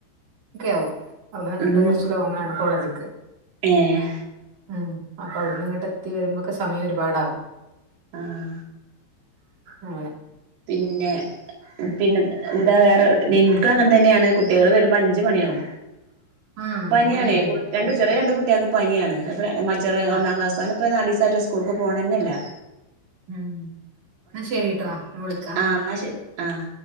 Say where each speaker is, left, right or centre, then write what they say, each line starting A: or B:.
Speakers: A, on the right; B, on the right.
A: ഒക്കെ ആവും അവിടെന്നങ്ങട്ട്
B: ഉം
A: കുറച്ച് ലോങ്ങാണ് കോളേ ജിക്ക്
B: ഏഹ്
A: ഉം അപ്പൊ അവിടന്നിങ്ങട്ടെത്തി വരുമ്പോക്കെ സമയം ഒരുപാടാവും
B: ആഹ്
A: ആങ്ങനെ
B: പിന്നെ പിന്നെ എന്താ വേറെ ഒടിന് എനിക്ക് അങ്ങനെ തന്നെയാണ് കു കുട്ടികള് വരുമ്പോ അഞ്ച് മണിയാവും
A: ആ അഞ്ച്
B: പനിയാണേ
A: മണിയാവൂലേ
B: കു രണ്ട് ചെറിയ രണ്ട് കുട്ടികൾക്ക് പനിയാണ് മ ചെറിയ
A: ആ
B: ഒന്നാം ക്ലാസാണ് ഇപ്പൊ നാല് വയ തരു സ്കൂൾക്ക് പോണെന്നെയില്ല
A: ഉം എന്നാ ശരിട്ടോ ഞാ വിളി
B: ആഹ് എന്നാ ശരി ആഹ്